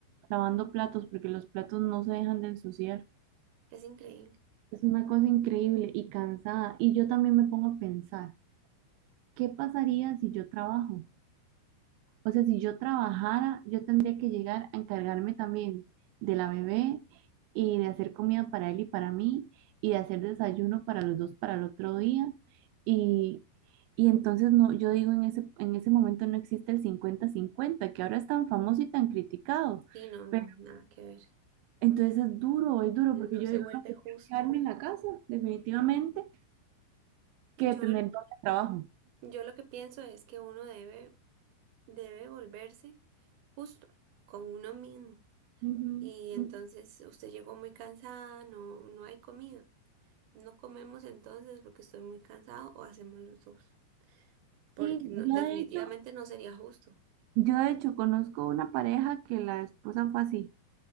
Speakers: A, on the right; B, on the right.
A: lavando platos porque los platos no se dejan de ensuciar.
B: Es increíble.
A: Es una cosa increíble y cansada. Y yo también me pongo a pensar, ¿qué pasaría si yo trabajo? O sea, si yo trabajara, yo tendría que llegar a encargarme también de la bebé y de hacer comida para él y para mí y de hacer desayuno para los dos para el otro día. Y, y entonces no, yo digo, en ese, en ese momento no existe el cincuenta-cincuenta que ahora es tan famoso y tan criticado.
B: Sí, no, no,
A: Pero
B: nada que ver.
A: entonces es duro, es duro,
B: No
A: porque yo
B: se
A: digo,
B: vuelve
A: no, prefiero
B: justo.
A: quedarme en la casa, definitivamente, que
B: Yo,
A: tener todo el trabajo.
B: yo lo que pienso es que uno debe, debe volverse justo con uno mismo.
A: Ujú,
B: Y entonces
A: ujú.
B: usted llegó muy cansada, no, no hay comida. No comemos entonces porque estoy muy cansado o hacemos los dos. Porque
A: Sí,
B: no-
A: yo
B: definitivamente
A: de hecho,
B: no sería justo.
A: Yo de hecho conozco una pareja que la esposa fue así,